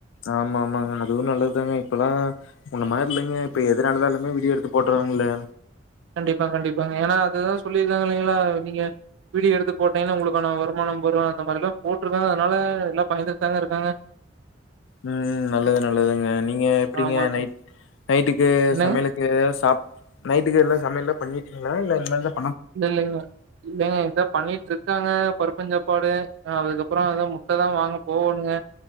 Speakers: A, on the left (about 85°); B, on the right (about 75°).
A: ஆமா ஆமாங்க அதுவு நல்லதுதாங்க இப்பல்லா முன்ன மாரி இல்லைங்க இப்ப எது நடந்தாலுமே வீடியோ எடுத்து போட்டுறாங்கல்லே
B: கண்டிப்பா கண்டிப்பாங்க ஏன்னா அததுதான் சொல்லியிருக்காங்க இல்லங்களா நீங்க வீடியோ எடுத்து போட்டேனா உங்களுக்கான வருமானம் <unintelligible> அந்த மாரிலா போடுருக்கே அத்னால எல்லா பயன்த்ட்தாங்க இருக்கே
A: ம் நல்லது நல்லதுங்க நீங்க எப்டிங்க
B: ஆமாங்க.
A: நைட் நைட்டுக்கு
B: என்னங்க?
A: சமையலுக்கு சாப் நைட்டுக்கு என்ன சமையலு பண்ணிட்டீங்ளா இல்ல இனிமேல் தா
B: இல்ல இல்லங்க இல்லங்க இப்பத பண்ணிட்டு இருக்கேங்க பருப்பஞ்சா சாப்பாடு அதுக்கப்பறோ ஏதோ முட்ட தா வாங்க போகணுங்க